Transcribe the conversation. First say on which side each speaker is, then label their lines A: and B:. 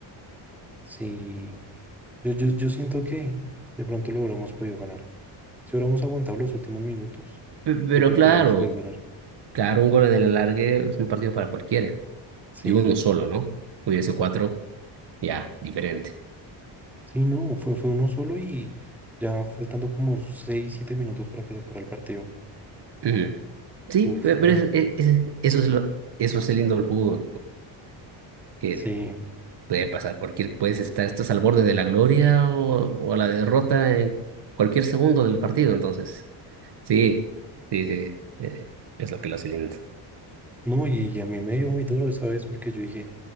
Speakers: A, in the centre; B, on the right.
A: Sí, Yo, yo, yo siento que de pronto lo hubiéramos podido ganar. Si hubiéramos aguantado los últimos minutos,
B: Pe- Pero
A: de pronto
B: claro,
A: hubiéramos podido ganar.
B: claro, un gol en el alargue es un partido para cualquiera.
A: Sí,
B: Y uno solo, ¿no? Hubiese cuatro, ya, diferente.
A: sí, no, fue, fue uno solo y ya faltando como 6 7 minutos para que se acabara el partido.
B: Ujú. Sí,
A: Uf,
B: pe- pero
A: ya,
B: es- es- es- eso es lo, eso es el lindo del fútbol, pues. que
A: sí.
B: Puede pasar cualquier, puedes estar, estás al borde de la gloria o, o la derrota en cualquier segundo del partido, entonces. Sí, sí, sí, eh, es lo que lo hace lindo.
A: No, y, y a mí me dio muy duro esa vez porque yo dije,